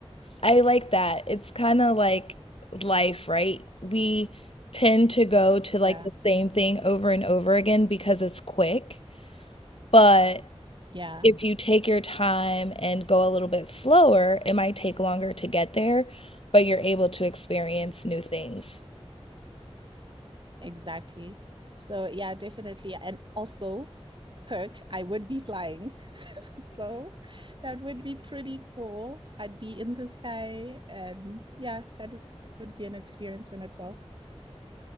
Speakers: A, on the left (about 60°); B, on the right (about 50°).
A: I like that. It's kind of like life, right? We tend to go to like
B: Yeah.
A: the same thing over and over again because it's quick, but
B: Yeah,
A: if you take your time and go a little bit slower, it might take longer to get there, but you're able to experience new things.
B: exactly. So, yeah, definitely. And also, perk, I would be flying. <laughs> so that would be pretty cool. I'd be in the sky. And yeah, that would be an experience in itself.